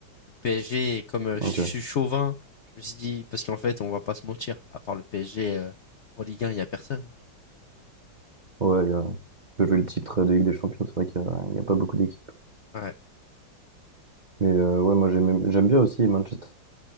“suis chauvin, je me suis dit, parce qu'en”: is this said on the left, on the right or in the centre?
Left